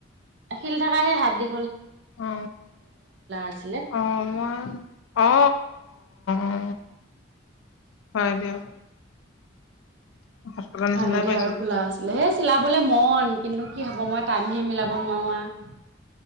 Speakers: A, on the right; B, on the left.
A: শিল থকা সে হাত দি
B: অ,
A: আছিলে।
B: অ, মই অ, অ অ অ, হয় দিয়ক। থকা নিচিনা
A: হালধীয়া
B: পাইছিলো
A: আৰু ক'লা আছিলে, হেই চিলাবলে মন কিন্তু কি হ'ব মই টাইমহে মিলাব নোৱাৰো আৰু।